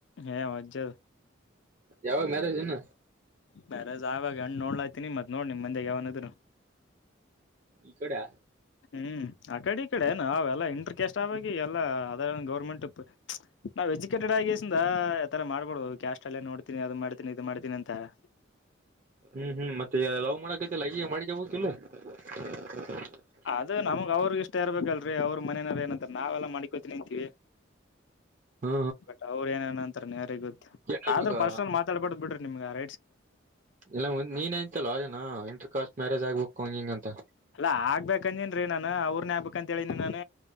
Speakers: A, on the left; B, on the right.
A: ಏ ವಜ್ಜ
B: ಯಾವಾಗ ಮ್ಯಾರೇಜ್ ಇನ್.
A: ಮ್ಯಾರೇಜ್ ಆಬೆಕ್ ಹೆಣ್ ನೋಡ್ಲಾತಿನ ಮತ್ ನೋಡ್ ನಿಮ್ ಮಾಂದ್ಯಾಗ್ ಯಾವನ ಇದ್ದರ.
B: ಇಕಡ್ಯಾ.
A: ಹ್ಮ್ ಆ ಕಡ ಈ ಕಡ ಎನ್ ನಾವೆಲ್ಲಾ ಇಂಟ್ರ ಕೆಸ್ ಆಬೆಕ್ ಈಗೆಲ್ಲ ಅದ ಗೌರ್ಮೆಂಟ್ ನಾವ ಎಜುಕೇಟೆಡ್ ಆಗಿ ಕೇಸಿಂದ್ ಇತರ ಮಾಡಬಾಡದೊ ಕ್ಯಾಸ್ಟ್ ಅಲ್ಲೆ ನೋಡ್ತೀನಿ ಅದು ಮಾಡ್ತೀನಿ ಇದು ಮಾಡ್ತೀನಿ ಅಂತ. ತ್ತ
B: ಹ್ಮ್ ಹ್ಮ್ ಮತ್ತ ಲವ್ ಮಾಡಕತಿಯಲ್ಲ ಅಕಿಗೆ ಮಾಡಿಕ್ಯಬೇಕೀಲ್. <unintelligible>
A: ಅದ ನಮಗ್ ಅವ್ರಗ ಇಷ್ಟ ಇರಬೇಕಲ್ರೀ ಅವ್ರ ಮನ್ಯನರ್ ಏನಂತಾರ ನಾವೆಲ್ಲ ಮಾಡಕೋತಿನಿ ಅಂತೀವಿ.
B: ಹಾ
A: ಬಟ್ ಅವರ್ ಏನೇನ್ ಅಂತರ ಎನ್ ಯಾರಿಗ್ ಗೊತ್ತ
B: ಕೇಳಬೇಕು
A: ಆದ್ರ ಪರ್ಸನಲ್ ಮಾತಾಡ್ಬಾರ್ದ್ ಬಿಡ್ರಿ ನಿಮ್ಗ ಯಾರ್ -
B: ಇಲ್ಲ ಮತ್ ನೀನೆ ಅಂತೀಯಲ್ಲೊ ನಿನ ಇಂಟರ್ ಕಾಸ್ಟ್ ಮ್ಯಾರೇಜ್ ಆಗ್ಬೇಕು ಹಂಗ ಹಿಂಗ ಅಂತ.
A: ಅಲ್ಲಾ ಆಗ್ಬೇಕ ಅಂದೇನ್ರೀ ನಾನ ಅವ್ರನೇ ಆಗ್ಬೇಕಂತ ಹೇಳಿನಿ ನಾನ.